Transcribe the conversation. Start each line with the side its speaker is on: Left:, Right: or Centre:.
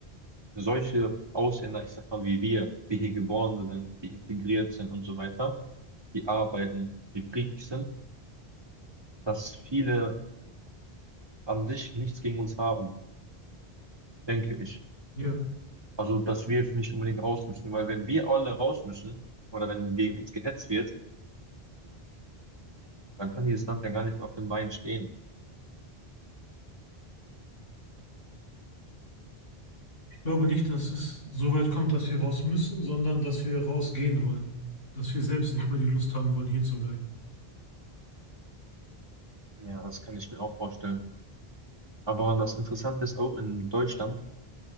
Right: solche Ausländer, ich sag mal wie wir, die hier geboren sind, die integriert sind und so weiter, die arbeiten, die friedlich sind, dass viele an sich nichts gegen uns haben, denke ich.
Left: Ja.
Right: Also, dass wir nicht unbedingt raus müssen, weil wenn wir alle raus müssen oder wenn gegen uns gehetzt wird, dann kann dieses Land ja gar nicht mehr auf den Beinen stehen.
Left: Ich glaube nicht, dass es so weit kommt, dass wir raus müssen, sondern dass wir rausgehen wollen. Dass wir selbst nicht mehr die Lust haben wollen, hier zu bleiben.
Right: Ja, das kann ich mir auch vorstellen. Aber das Interessante ist auch in Deutschland